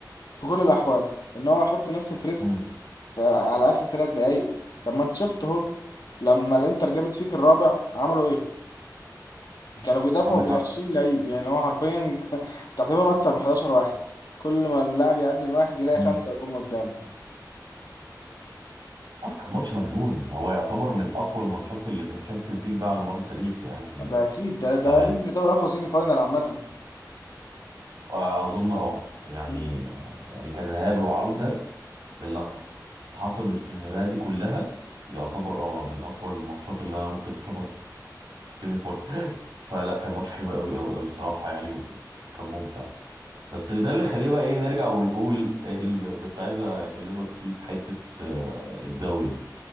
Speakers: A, on the left; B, on the right.
A: في كل الاحوال ان هو يحط نفسه في ريسك
B: مم.
A: فعلى اخر ثلاث دقايق طب ما انت شفت اهو لما الانتر جابت فيك الرابع عملوا ايه كانوا بيدافعوا
B: عندك
A: بال
B: حق
A: 20 لعيب يعني هو حرفيا <laughs> تقريبا اكتر من 11 واحد كل ما اللاعب يعدي من واحد يلاقي
B: مم.
A: خمسه جم قدامه
B: أو كان ماتش مجنون هو يعتبر من أقوى الماتشات اللي في الشامبيونز ليج بقى على مر التاريخ يعني
A: ده اكيد ده ده
B: لا،
A: ممكن يعتبر اقوى سيمي فاينال عامه
B: أظن أه يعني
A: <laughs>
B: يعني كذهاب وعودة باللي حصل بالسيناريوهات دي كلها يعتبر اه من أقوى الماتشات اللي أنا ممكن تشوفها سيمي فاينل فلا كان ماتش حلو قوي قوي قوي بصراحه يعني وكان ممتع بس ده اللي خليه بقى ايه نرجع ونقول إيه اللي كنت عايز اكلمك فيه في حته آه، الدوري